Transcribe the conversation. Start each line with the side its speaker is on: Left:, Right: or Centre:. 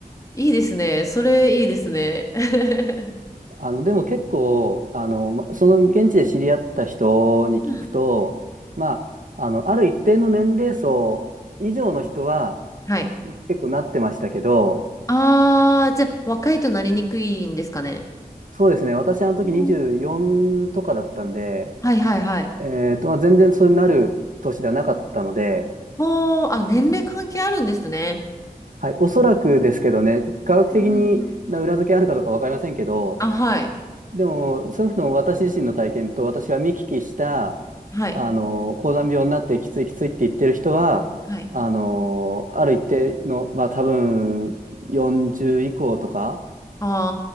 Left: いいですね。それいいですね。<laughs>
Right: あの、でも結構、あの、まその現地で知り合った人に聞くと、
Left: うん。
Right: まあ、あの、ある一定の年齢層以上の人は
Left: はい。
Right: 結構なってましたけど、
Left: あー、じゃあ、若いとなりにくいんですかね。
Right: そうですね、私あの時24とかだったんで、
Left: うんはいはいはい。
Right: えっと、まあ、全然そうなる年ではなかったので、
Left: もう、あ、年齢関係あるんですね。
Right: はい、おそらくですけどね、科学的にな裏付けあるかどうかわかりませんけど、
Left: うんうんうんあ、はい。
Right: でも、少なくとも私自身の体験と私が見聞きした、
Left: はい。
Right: あの、高山病になってきついきついって言ってる人は、
Left: はい。
Right: あの、ある一定の、まあ多分40以降とか、
Left: あ